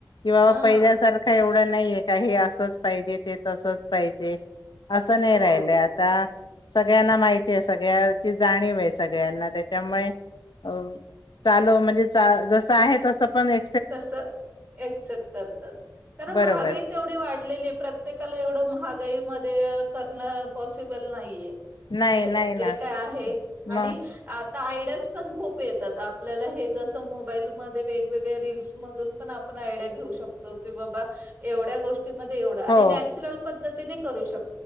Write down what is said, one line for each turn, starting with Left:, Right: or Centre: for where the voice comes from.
Left: किंवा
Right: हा
Left: पहिल्यासारखं एवढं नाहीये का हे असंच पाहिजे ते तसंच पाहिजे. असं नाही
Right: हो
Left: राहिलय आता. सगळ्यांना माहिती आहे सगळ्याची जाणीव आहे सगळ्यांना त्याच्यामुळे अ चालो म्हणजे चा जसं आहे तसं पण ए
Right: तस एक्सेप्ट करतात, कारण
Left: बरोबर.
Right: महागाई तेवढी वाढलेली प्रत्येकाला एवढं महागाईमध्ये करणं पॉसिबल नाहीये.
Left: नाही
Right: ज
Left: नाही
Right: जे
Left: ना
Right: काय आहे आणि
Left: मग
Right: आता आयडियाज पण खूप येतात आपल्याला हे जसं मोबाईलमध्ये वेगवेग वे रिल्स मधून पण आपण आयडिया घेऊ शकतो की बाबा एवढ्या गोष टी मध्ये एवढं आणि
Left: हो
Right: नॅचरल पद्धतीने करू शक